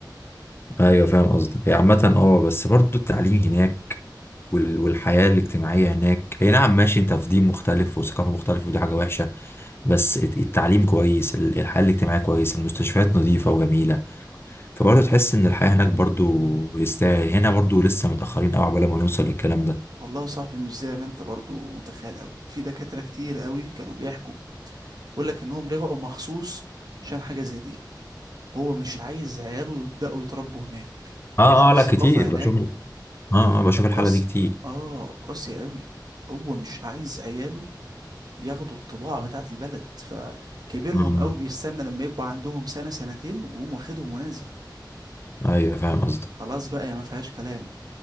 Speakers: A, on the left (about 30°); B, on the right (about 55°).
A: ايوه فاهم قصدك هي عامة اه بس برضو التعليم هناك وال- والحياة الاجتماعية هناك هي نعم ماشي انت في دين مختلف وثقافة مختلفة ودي حاجة وحشة بس الت- التعليم كويس ال- الحياة الاجتماعية كويس المستشفيات نظيفة وجميلة فبرضه تحس ان الحياة هناك برضه يستاهل هنا برضه لسه متأخرين قوي عقبال ما نوصل للكلام ده
B: والله يا صاحبي مش زي ما انت برضو متخيل قوي في دكاترة كتير قوي كانوا بيحكوا بيقول لك انهم رجعوا مخصوص عشان حاجة زي دي هو مش عايز عياله يبدأوا يتربوا هناك
A: اه
B: عشان
A: اه
B: الثقافة
A: لا كتير
B: هناك
A: بشوف اه اه بشوف الحالة
B: قاسي
A: دي كتير
B: اه قاسي قوي هو مش عايز عياله ياخدوا الطباع بتاعة البلد فكبرهم
A: امم
B: قوي بيستنى لما يبقى عندهم سنة سنتين ويقوم واخدهم ونازل
A: ايوه فاهم قصدك
B: خلاص بقى يا ما فيهاش كلام